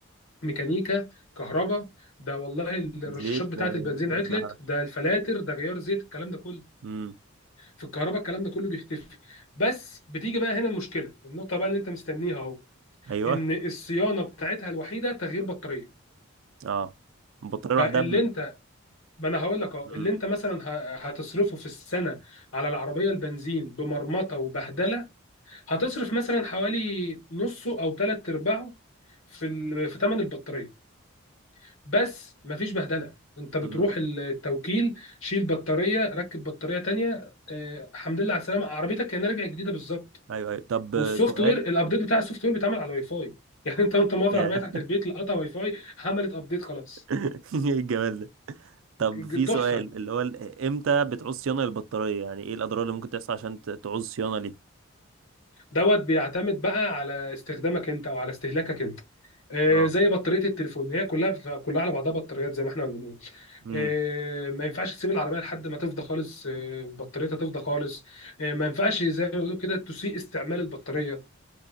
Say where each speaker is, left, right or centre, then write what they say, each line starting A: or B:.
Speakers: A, on the left; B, on the right.
A: ميكانيكا كهرباء ده والله الرشاشات
B: <laughs> زيت
A: بتاعه
B: آه،
A: البنزين
B: بس
A: عطلت
B: ده-
A: ده الفلاتر ده غيار زيت الكلام ده كله
B: امم
A: في الكهرباء الكلام ده كله بيختفي بس بتيجي بقى هنا المشكله النقطه بقى اللي انت مستنيها اهو
B: ايوه
A: ان الصيانه بتاعتها الوحيده تغيير بطاريه
B: اه البطاريه لوحدها
A: فاللي
B: ب-
A: انت ما انا هقول لك اهو
B: امم
A: اللي انت مثلا ه- هتصرفه في السنه على العربيه البنزين بمرمطه وبهدله هتصرف مثلا حوالي نصه او ثلاث ارباعه في ال... في ثمن البطاريه بس مفيش بهدله انت بتروح
B: امم
A: التوكيل شيل بطاريه ركب بطاريه تانية آه، الحمد لله على السلامه عربيتك كانها راجعه جديده بالظبط
B: ايوه ايوه طب
A: والسوفت
B: آه، سؤال
A: وير الابديت بتاع السوفت وير بيتعمل على الواي فاي <laughs> يعني انت وانت موقف
B: ياه.
A: العربيه تحت البيت لقطها واي فاي عملت ابديت خلاص
B: <laughs> ايه الجمال ده طب
A: ج-
B: في
A: ج- تحفه
B: سؤال اللي هو ال- امتى بتعوز صيانة للبطارية يعني ايه الأضرار اللي ممكن تحصل عشان ت- تعوز صيانة ليها
A: دوت بيعتمد بقى على استخدامك انت او على استهلاكك انت آه،
B: اه
A: زي بطاريه التليفون هي كلها كلها على بعضها بطاريات زي ما احنا بنقول
B: امم
A: آه، ما ينفعش تسيب العربيه لحد ما تفضى خالص آه، بطاريتها تفضى خالص آه، ما ينفعش زي ما بيقولوا كده تسيء استعمال البطاريه